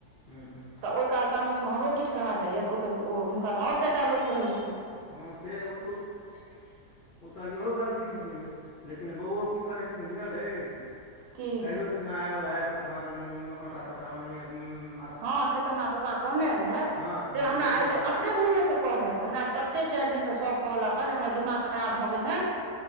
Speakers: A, on the left; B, on the right.
A: हु हु- -
B: तऽ ओहि काल तामसमे हमरो किछ कहा जाइए तऽ ओ तऽ ओ हुनका तऽ आओर चारि टा लोक कहैय छैईन।
A: ह से उड़ - उड़ -- ओतह इहो गलती छथिन लेकिन बौओ की करै छथिन बुझल अछि
B: की
A: काल्हियो- - खिना आयल रहैथ तऽ कहा देन आटा- ताटा ओनाहिये हु --
B: ह से तऽ हमरा पापा कहने राहेथ
A: हँ थारीमे
B: से हमरा आय
A: छोड़ि
B: तऽ
A: कऽ
B: अपने मुहेस- - कहलैथ हमरा चारि दिनस सब कहलक हमरा दिमाग खराब भऽ गेल ह